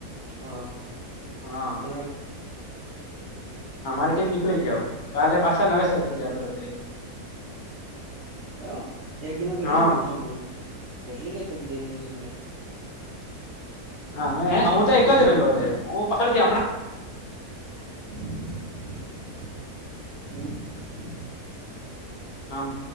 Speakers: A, on the right; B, on the left.
A: હ
B: હા.
A: તમે
B: અમારી ટીમ નીકળી ગ્યા ઓ કાલે પાછા નવેસર થી ચાલુું રંગ રે
A: એવુ એક દી માં કેટલી
B: હમ
A: મેચ રમાય કેટલી મેચ એક દિવસ
B: હા હું તો એક
A: હમ
B: જમેલો લે હું પાછળ થી હમણાં
A: <inaudible> હમ્મ.
B: આમ